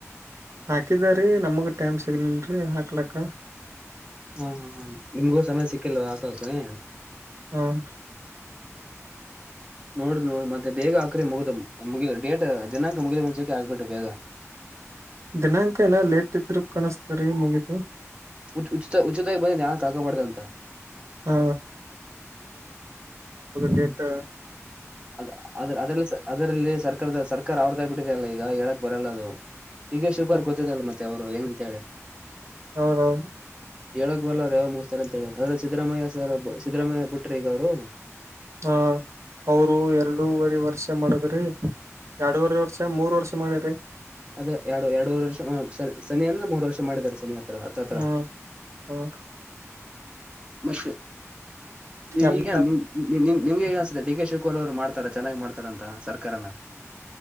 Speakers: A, on the right; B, on the right.
A: ಹಾಕಿದಾರೀ ನಮಗ ಟೈಮ್ ಸಿಗ್ಲಲ್ರರಿ ಹಾಕ್ಲಕ್ಕ
B: ಹಾ ಹಾ ನಿಮ್ಗೂ ಸಮಯ ಸಿಕ್ಕಲ್ವಾ ಕತೇ
A: ಹ್ಮ
B: ನೋಡ ನೋಡ ಮತ್ತೆ ಬೇಗ ಹಾಕ್ರೆ ಮುಗ್ದ ಮುಗ ಡೇಟ್ ದಿನಾಂಕ ಮುಗಿದ ಮುಂಚಕ್ಕೆ ಆಕ್ಬಿಟ್ಟು ಬೇಗ
A: ದಿನಾಂಕ ಏನ ಲೇಟ್ ಇದ್ರೂ ಕನಿಸಸ್ತರಿೀ ಮುಗಿತು
B: ಉ ಉಚಿತ ಉಚಿತವಾಗಿ ಬಂದಿ ನಾನನ್ ಕಾಕಬಾರ್ದಂತ
A: ಹ ಡೆೇಟ್
B: ಅದ ಅದ್ರ ಅದರಲ್ಲಿ ಅದರಲ್ಲಿ ಸರ್ಕಾರದ ಸರ್ಕಾರ ಅವ್ರದ ಬಿಟ್ಟಿದೆ ಅಲ್ಲ ಈಗ ಹೇಳಕ್ ಬರಲ್ಲದು ಹೀಗೆ ಶುಪಾರ್
A: ಹ
B: ಗೊತ್ತದಲ್ಲ ಮತ್ತೆ ಅವರು ಹೆಂಗಂತೇಳಿ
A: ಹೌದೌದ್ರಿ
B: ಹೇಳಕ್ ಬರ್ಲ ಯಾವಾಗ ಮುಗಿಸ್ತಾರೆ ಅಂತ ಹೇಳಿ ಅದ್ರೆ ಸಿದ್ದರಾಮಯ್ಯ ಸರ್ ಸಿದ್ದರಾಮಯ್ಯ ಬಿಟ್ರಿ ಈಗ ಅವ್ರು
A: ಹಾ ಅವರು ಎರಡೂವರೆ ವರ್ಷ ಮಾಡದ್ರಿ ಎರಡೂವರೆ ವರ್ಷ ಮೂರ್ ವರ್ಷ ಮಾಡಿ್ರಿ
B: ಅದೇ ಎರಡು ಎರಡುೂರು ವರ್ಷ ಸನಿ ಅಂದ್ರೆ ಮೂರು ವರ್ಷ ಮಾಡಿದ್ದಾರೆ ಸನಿ ತತ್ರ
A: ಹ್ಮ್ ಹ್ಮ್
B: ಮತ್ತೆ
A: ಎಲ್ಲ
B: ಈಗ ನಿ ನಿನ್ ನಿಮ್ಗೆ ಹೇಗೆ ಅನ್ಸೆ ಡಿ ಕೆ ಶಿವಕುಮಾರ್ ಅವರು ಮಾಡ್ತಾರ ಚೆನ್ನಾಗಿ್ ಮಾಡ್ತಾರ ಅಂತ ಸರ್ಕಾರನ